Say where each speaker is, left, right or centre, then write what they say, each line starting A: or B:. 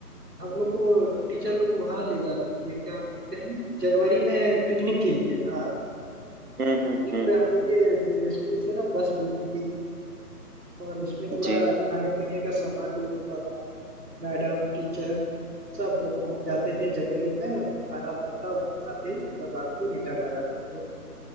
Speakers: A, on the right (about 80°); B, on the right (about 65°).
A: हम लोग को टीचर लोग वहां ले जाते थे क्या बोलते हैं जनवरी में पिकनिक के लिए हाँ
B: हम्म हम्म
A: पिकनिक
B: हम्म
A: पे हम लोग के स्कूल से ना बस बुक होती थी और उसमें पूरा
B: जी
A: खाने पीने का सामान लोड होता था मैडम टीचर सब लोग पहुंच जाते थे जंगलों में वहीं खाना बनता वहीं खाते और रात को रिटर्न आ जाते थे